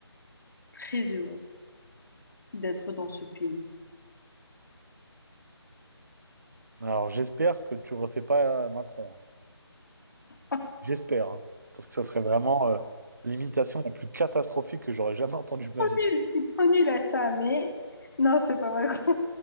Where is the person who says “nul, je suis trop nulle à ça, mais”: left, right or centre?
Left